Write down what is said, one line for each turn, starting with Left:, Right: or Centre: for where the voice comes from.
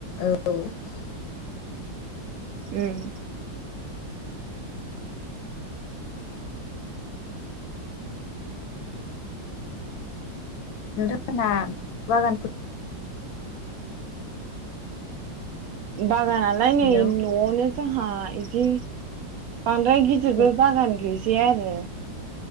Left: औ
Right: उम
Left: नोंथांमोनहा बागान
Right: बागानालाय नै
Left: हेलौ
Right: न'आवनो जोंहा बिदि बांद्राय गिदिरबो
Left: हेलौ
Right: बागान गैजाया आरो